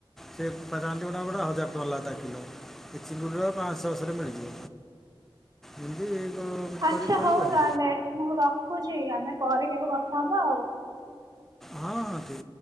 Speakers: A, in the centre; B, on the right (about 45°).
A: ସେ ତା ଗାଣ୍ଡ ମୁଠା ହଜାର ଟଙ୍କା ଲାଗା ତା କିଲୋ। ଏ ଚିଙ୍ଗୁଡି ରା ପାଞ୍ଚଛଅଶ୍ ରେ ମିଳିଯିବ ଏମିତି କ-
B: ଆଚ୍ଛା
A: କରି କରିବୁ
B: ହଉ
A: ଆଉ
B: ତାହେଲେ ମୁଁ ରଖୁଛି ଆମେ ପରେ କେବେ କଥା ହବା ଆଉ।
A: ହଁ ହଁ।